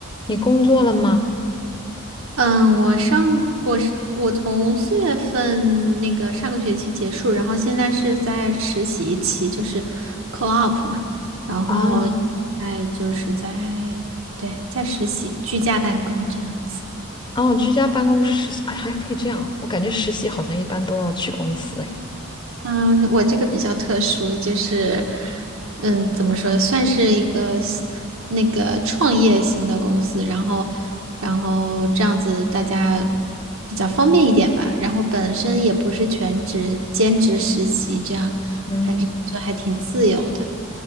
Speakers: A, on the left; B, on the right.
A: 你工作了吗？
B: 嗯，我上我是我从四月份那个上个学期结束，然后现在是在实习期，就是 co-op 嘛，然后
A: 啊，
B: 哎就是在对在实习居家办公这样子。
A: 哦，居家办公实习，哎，还可以这样啊。我感觉实习好像一般都要去公司，哎，
B: 嗯，我这个比较特殊，就是，嗯，怎么说，算是一个 s- 那个创业型的公司，然后，然后这样子大家比较方便一点吧。然后本身也不是全职兼职实习，这样反正就还挺自由的
A: 嗯，